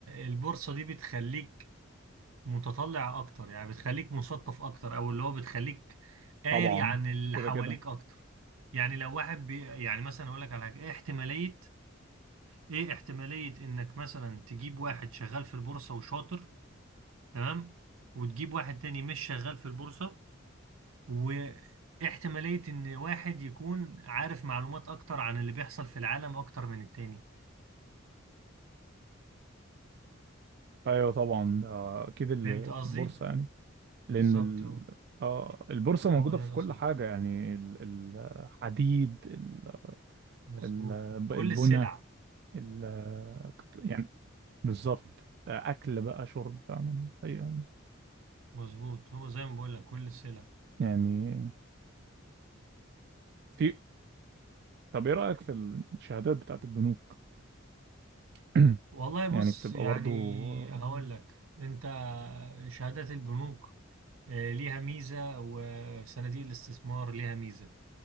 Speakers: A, on the right; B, on the right.
A: البورصة دي بتخليك متطلع اكتر يعني بتخليك مثقف اكتر او اللي هو بتخليك قاري
B: طبعا
A: عن اللي
B: كده
A: حواليك
B: كده
A: اكتر يعني لو واحد بي يعني مثلا اقول لك على حاجه ايه احتماليه ايه احتماليه انك مثلا تجيب واحد شغال في البورصه وشاطر تمام وتجيب واحد تاني مش شغال في البورصه واحتماليه ان واحد يكون عارف معلومات اكتر عن اللي بيحصل في العالم اكتر من التاني
B: ايوه طبعا ده اكيد اللي
A: فهمت قصدي
B: في البورصه يعني
A: بالظبط
B: لان ال...
A: هو
B: آه البورصه موجوده
A: هو ده
B: في
A: اللي
B: كل
A: اقصده
B: حاجه يعني ال- الحديد ال-
A: مظبوط
B: ال-
A: كل
B: البنى
A: السلع
B: ال... يعني بالظبط آه، اكل بقى شرب فعلا أيوة.
A: مظبوط هو زي ما بقول لك كل السلع
B: يعني في طب ايه رايك في الشهادات بتاعت البنوك <clears throat>
A: والله بص
B: يعني بتبقى
A: يعني
B: برضو آه،
A: هقول لك انت شهادات البنوك آه، ليها ميزة وصناديق الاستثمار ليها ميزة